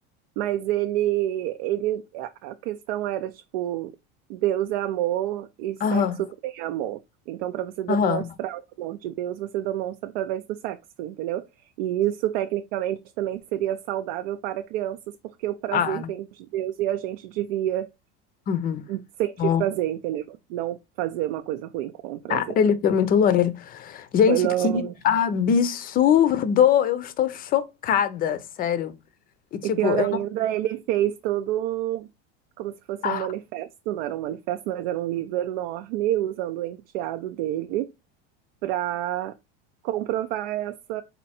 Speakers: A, on the right (about 75°); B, on the left (about 30°).
A: Mas ele, ele, a a questão era tipo, Deus é amor e sexo
B: Aham,
A: também é amor. Então, para você demonstrar
B: aham.
A: o amor de Deus, você demonstra através do sexo, entendeu? E isso, tecnicamente, também seria saudável para crianças, porque o prazer
B: Ah,
A: vem de Deus e a gente devia
B: uhum.
A: sentir
B: Ó,
A: prazer, entendeu? Não fazer uma coisa ruim com o prazer.
B: Cara, ele foi muito longe. Gente,
A: Foi longe.
B: que absurdo! Eu estou chocada, sério. E, tipo,
A: E pior
B: eu
A: ainda, ele fez todo um, como se fosse
B: não.
A: um manifesto, não era um manifesto, mas era um livro enorme, usando o enteado dele para comprovar essa